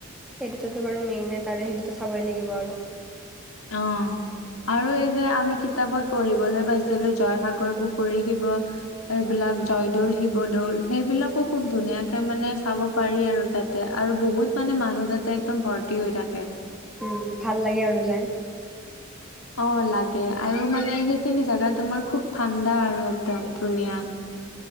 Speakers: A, in the centre; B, on the left (about 80°).
A: সেই দুটাতো বাৰু মেইনে তাৰে সেই চাবই লাগিব আৰু।
B: অ আৰু এই যে আমি কিতাপত পঢ়িবলৈ পাইছিলো জয়সাগৰ পুখুৰী, শিৱ এইবিলাক জয়দৌল, শিৱদৌল সেইবিলাকো খুব ধুনীয়াকে মানে চাব পাৰি আৰু। তাতে আৰু বহুত মানে মানুহ তাতে একদম ভৰ্তি হৈ থাকে।
A: উম ভাল লাগে আৰু যাই
B: অ লাগে আৰু মানে সেইখিনি জেগা তোমাৰ খুব ঠাণ্ডা আৰু একদম। ধুনীয়া